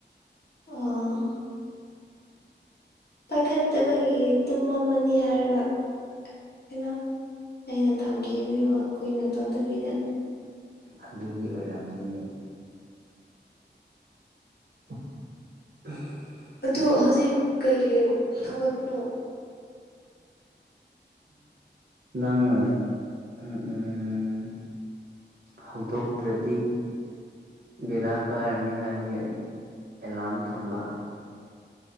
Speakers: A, on the left; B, on the right.
A: ꯑꯣ ꯄꯥꯏꯈꯠꯇꯕꯒꯤ ꯇꯨꯝꯝꯃꯅꯤ ꯍꯥꯏꯔꯒ ꯀꯩꯅꯣ ꯑꯩꯅ ꯊꯝꯈꯤꯕꯅꯦꯕ ꯀꯨꯏꯅ ꯇꯧꯗꯕꯤꯅ
B: ꯑꯗꯨꯒꯤ ꯑꯣꯏꯔꯝꯅꯤ ꯑꯍꯝꯝ
A: ꯑꯗ ꯍꯧꯖꯤꯛ ꯀꯩꯒꯤ ꯍꯧꯒꯠꯄꯅꯣ
B: ꯅꯪꯅ ꯎꯝ ꯎꯝ ꯍꯧꯗꯣꯛꯇ꯭ꯔꯗꯤ ꯕꯦꯂꯥ ꯀꯥꯔꯅꯤ ꯍꯥꯏꯕꯒꯤ ꯑꯩ ꯑꯦꯂꯥꯔꯝ ꯊꯝꯕ